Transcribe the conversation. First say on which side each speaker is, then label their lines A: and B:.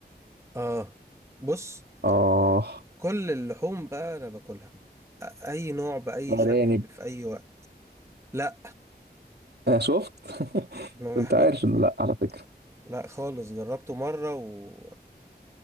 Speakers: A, on the right; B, on the right.
A: اه بص
B: اه
A: كل اللحوم بقى انا باكلها أ- اي نوع باي
B: ارانب
A: شكل في اي وقت لا
B: آه شفت <laughs>
A: ما
B: كنت
A: <laughs>
B: عارف
A: ب-
B: انه لا على فكره
A: لا خالص جربته مره ودقت